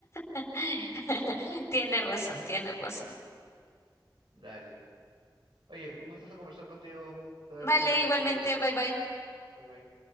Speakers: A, on the left; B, on the right.
A: <laughs> Tiene razón, tiene razón.
B: Dale. Oye, un gustazo conversar contigo. Está
A: Vale,
B: chévere
A: igualmente,
B: la trivia.
A: bye bye.
B: Bye bye.